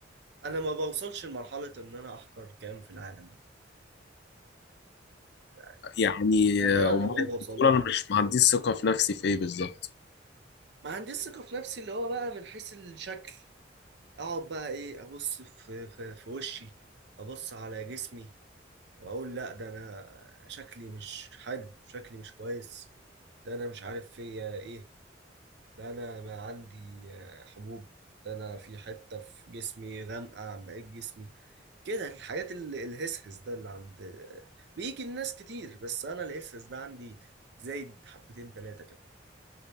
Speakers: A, on the right; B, on the left.
A: انا ما بوصلش لمرحله ان انا احقر كائن في العالم دي يعني
B: يعني
A: نادرا
B: آه،
A: لما
B: أمال أنت
A: بوصل
B: بتقول
A: لها
B: أنا مش ما عنديش ثقة في نفسي في إيه بالظبط
A: ما عنديش ثقه في نفسي اللي هو بقى من حيث الشكل اقعد بقى ايه ابص في في, في وشي ابص على جسمي واقول لا ده انا شكلي مش حلو شكلي مش كويس ده انا مش عارف فيا ايه ده انا ما عندي آه، حبوب ده انا في حته في جسمي غامقه عن بقيه جسمي كده الحاجات ال- الهسهس ده اللي عند بيجي الناس كتير بس انا الهسهس ده عندي زايد حبتين تلاتة كده